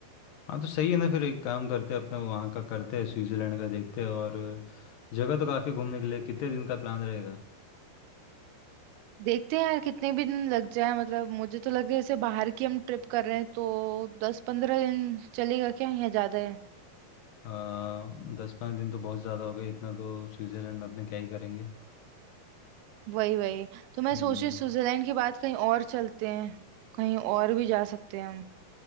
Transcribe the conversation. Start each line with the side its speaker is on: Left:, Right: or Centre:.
Left: हाँ तो सही है ना फिर एक काम करते हैं अपना वहाँ का करते हैं स्विट्ज़रलैंड का देखते हैं और जगह तो काफ़ी घूमने के लिए कितने दिन का प्लान रहेगा
Right: देखते हैं यार कितने भी दिन लग जाए मतलब मुझे तो लग रहा है जैसे बाहर की हम ट्रिप कर रहे हैं तो दस पंद्रह दिन चलेगा क्या या ज्यादा है
Left: आ, दस पाँच दिन तो बहुत ज़्यादा हो गए इतना तो स्विट्ज़रलैंड में अपने क्या ही करेंगे
Right: वही वही तो मैं
Left: हम्म
Right: सोच रही हूँ स्विट्जरलैंड के बाद कहीं और चलते हैं कहीं और भी जा सकते हैं हम